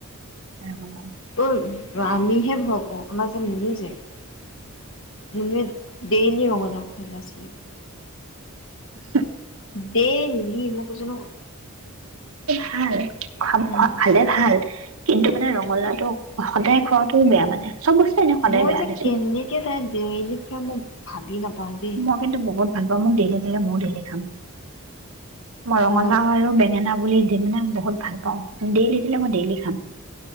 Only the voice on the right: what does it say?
ৰঙালাওৰ
<inaudible>
হয় খ-খোৱা
খালে ভাল। কিন্তু মানে ৰঙালাওটো সদায় খোৱাটোও বেয়া মানে। চব বস্তু এনে সদায়
বেয়া
দেচোন
মই কিন্তু বহুত ভাল পাওঁ মোক ডেইলি দিলে ময়ো ডেইলি খাম। মই ৰঙালাউ
আৰু বেঙেনা বুলি <unintelligible> মানে বহুত ভাল পাওঁ। ডেইলি দিলে মই ডেইলি খাম।